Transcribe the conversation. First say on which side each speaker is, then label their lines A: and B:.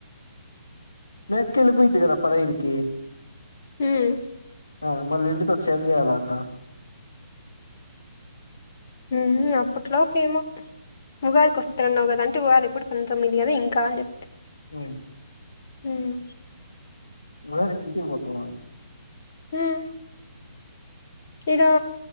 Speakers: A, on the left; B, on the left.
A: మీ అక్క ఎల్లిపోయుద్ది కదా పదైదుకి
B: హ్మ్.
A: ఆ మళ్ళీంటికోచ్చి ఏం చేయాలంట
B: మ్ అప్పుట్లో పేమో ఉగాదికి వస్తనన్నావు కదంటే ఉగాది ఎప్పుడు పంతొమ్మిది కదా ఇంకా అని చెప్తి
A: ఆ
B: హ్మ్
A: ఉగాది కింటికి పోతావా
B: హ్మ్ ఇడా